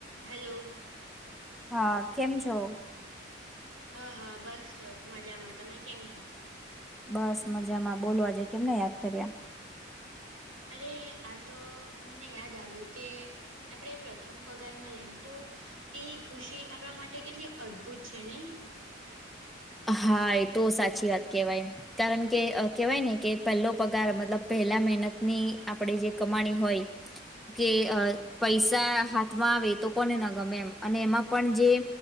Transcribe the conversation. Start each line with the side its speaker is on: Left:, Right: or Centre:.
Right: Hello
Centre: હા, કેમ છો?
Right: હા હા બસ મજામાં, તમે કેમ છો?
Centre: બસ મજામાં બોલો આજે કેમના યાદ કર્યા?
Right: અરે આતો મને યાદ આવ્યું કે આપડે પ્રથમ પગાર મલે તો એ ખુશી આપણા માટે કેટલી અદ્ભુત છે નહીં.
Centre: હા એ તો સાચી વાત કેવાય. કારણ કે કેહેવાય ને કે પહેલો પગાર મતલબ પહેલા મહેનતન આપણે જે કમાણી હોય. કે પૈસા હાથમાં આવે તો કોને ન ગમે અને એમાં પણ જે.